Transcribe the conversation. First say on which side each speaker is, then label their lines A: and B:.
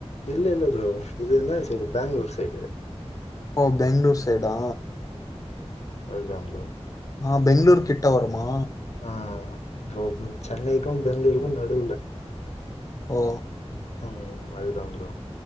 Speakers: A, on the left; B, on the left.
A: இல்ல இல்ல ப்ரோ இது இந்தான்ட சைடு பேங்ளூர் சைடு
B: ஓ பெங்ளூர் சைடா
A: அதுதாம் ப்ரோ
B: ஆஹ் பெங்ளூரு கிட்ட வருமா
A: ஆஹ் ப்ரோ சென்னைக்கும் பெங்ளூருக்கும் நடுல
B: ஓ
A: ம் அதுதா ப்ரோ